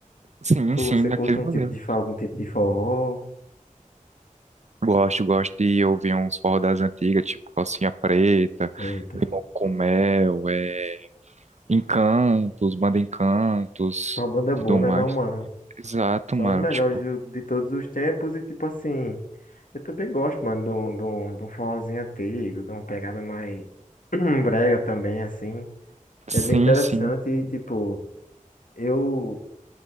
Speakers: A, on the right; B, on the left.
A: Sim,
B: Tu,
A: sim,
B: você
A: daquele
B: curte um
A: modelo.
B: tipo de, fo- algum tipo de forró?
A: Gosto, gosto de ouvir uns forró das antigas, tipo Calcinha Preta,
B: Eita,
A: Com Mel, é, Encantos, Banda Encantos,
B: tua banda é
A: tudo
B: boa, né
A: mais.
B: não, mano?
A: Exato,
B: São
A: mano,
B: as melhores
A: tipo,
B: do- de todos os tempos e, tipo assim, eu também gosto, mano, de um de um- de um forrozinho antigo, de uma pegada mais <clears throat> brega também, assim.
A: sim,
B: É bem interessante
A: sim.
B: e, tipo, eu,